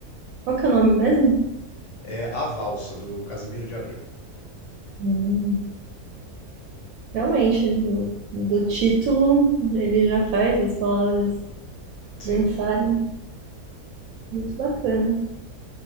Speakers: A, on the right; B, on the left.
A: Qual que é o nome mesmo?
B: É a valsa do Casimiro de Abreu.
A: Hum, realmente, do, do título ele já faz as palavras
B: Sim.
A: dançarem, muito bacana.